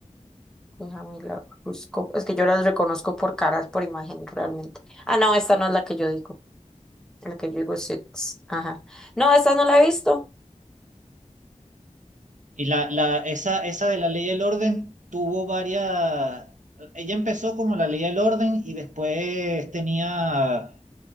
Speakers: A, in the centre; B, on the right.
A: Déjame la busco, es que yo las reconozco por caras, por imagen realmente. Ah, no, esta no es la que yo digo, la que yo digo es Six, ajá. No, esta no la he visto.
B: Y la, la, esa, esa de la ley del orden tuvo varias... Ella empezó como la ley del orden y después tenía